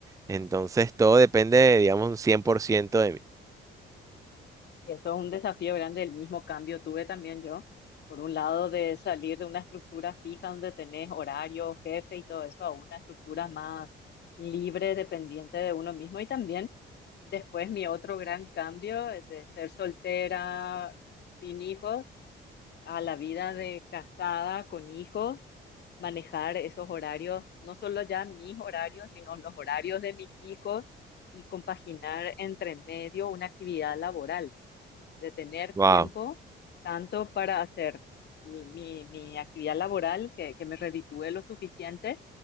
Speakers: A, on the right; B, on the left.
A: Entonces todo depende digamos, un 100% de mí.
B: Y eso es un desafío grande, el mismo cambio tuve también yo, por un lado de salir de una estructura fija donde tenés horario, jefe y todo eso, a una estructura más libre, dependiente de uno mismo y también después mi otro gran cambio eh, de ser soltera, sin hijos, a la vida de casada, con hijos, manejar esos horarios, no solo ya mis horarios, sino los horarios de mis hijos y compaginar entre medio una actividad laboral de tener
A: Wow.
B: tiempo tanto para hacer mi, mi actividad laboral, que, que me reditúe lo suficiente,